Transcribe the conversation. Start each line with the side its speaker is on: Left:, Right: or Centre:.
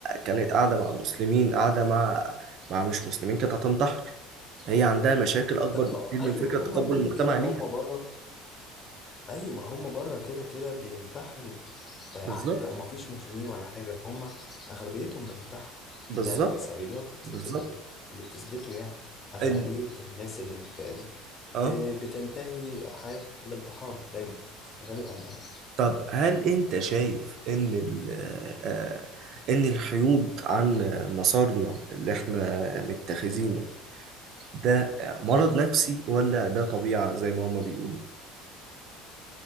Right: كانت قاعده مع مسلمين قاعده مع مع مش مسلمين كانت هتنتحر هي عندها مشاكل اكبر
Left: لا
Right: بكتير
Left: آه،
Right: من
Left: ايوه
Right: فكره
Left: هما
Right: تقبل
Left: كده
Right: المجتمع
Left: كده
Right: ليها
Left: هما بره ايوه هما بره كده كده بينتحروا آه،
Right: بالظبط
Left: حتى ما فيش مسلمين ولا حاجة هم أغلبيتهم بينتحروا
Right: بالظبط
Left: ده الإحصائيات
Right: بالظبط
Left: اللي بت- اللي بتثبته يعني أغلبية
Right: ال...
Left: الناس اللي من الفئة دي
Right: اه
Left: ب- بتنتهي حياتهم بالانتحار دايما غالبا يعني
Right: طب هل انت شايف ان ال... آه... آه، ان الحيود عن مسارنا اللي احنا متخذينه ده مرض نفسي ولا ده طبيعه زي ما هما بيقولوا